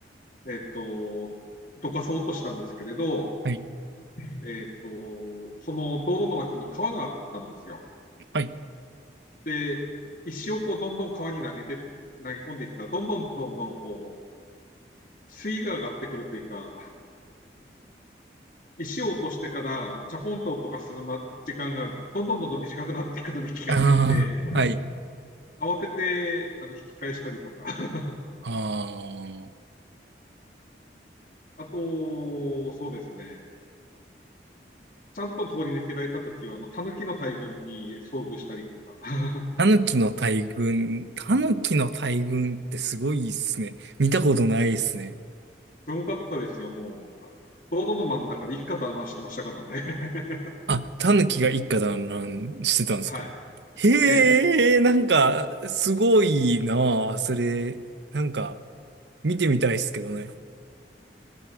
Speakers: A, on the left; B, on the right.
A: えっ、と、どかそうとしたんですけれど、
B: はい、
A: えっ、と、その道路の脇に川があったんですよ。
B: はい。
A: で、石をこうどんどん川に投げて、投げ込んでいったら、どんどんどんどんこう、水位が上がってくるというか、石を落としてからチャポンと音がするま時間がどんどんどんどん短くなっていくのに気がついて、
B: ああ、はい。
A: 慌ててあの引き返したりとか、<laughs>
B: ああ。
A: あと、そうですね、ちゃんと通り抜けられた時は、あの、狸の大群に遭遇したりとか、<laughs>
B: タヌキの大群。タヌキの大群ってすごいっすね。見たことないっすね。
A: すごかったですよ、もう。道路の真ん中で一家団らんしてましたからね。<laughs>
B: あ、タヌキが一家団らんしてたんですかへえ、
A: はい。ええ。
B: なんか、すごいなあ。それ、なんか、見てみたいっすけどね。